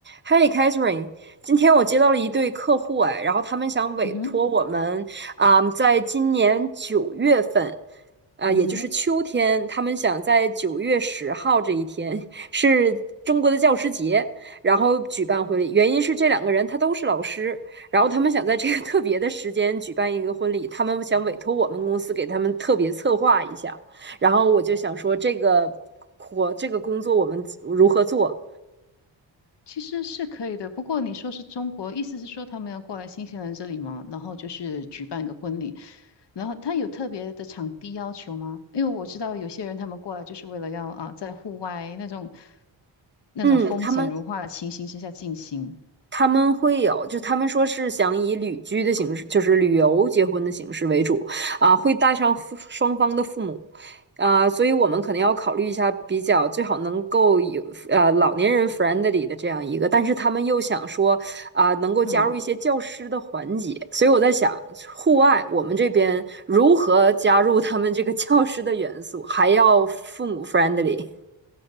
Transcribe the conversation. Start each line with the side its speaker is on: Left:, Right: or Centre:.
Right: Hey Catherine，今天我接到了一对客户哎，然后他们想委托我们啊、
Left: 嗯哼，
Right: 在今年九月份，啊、
Left: 嗯哼，
Right: 也就是秋天，他们想在九月十号这一天是中国的教师节，然后举办婚礼。原因是这两个人他都是老师，然后他们想在这个特别的时间举办一个婚礼，他们想委托我们公司给他们特别策划一下。然后我就想说，这个活这个工作我们如何做？
Left: 其实是可以的。不过你说是中国，意思是说他们要过来新西兰这里吗？然后就是举办一个婚礼，然后他有特别的场地要求吗？因为我知道有些人他们过来就是为了要啊，在户外那种那种风景如画的情形之下进行。
Right: 嗯，他们他们会有，就他们说是想以旅居的形式，就是旅游结婚的形式为主，啊，会带上父双方的父母，啊，所以我们可能要考虑一下，比较最好能够有呃老年人 friendly 的这样一个，但是他们又想说啊，能够加入一些教师的环节，
Left: 嗯。
Right: 所以我在想，户外我们这边如何加入他们这个 <laughs> 教师的元素，还要父母 friendly，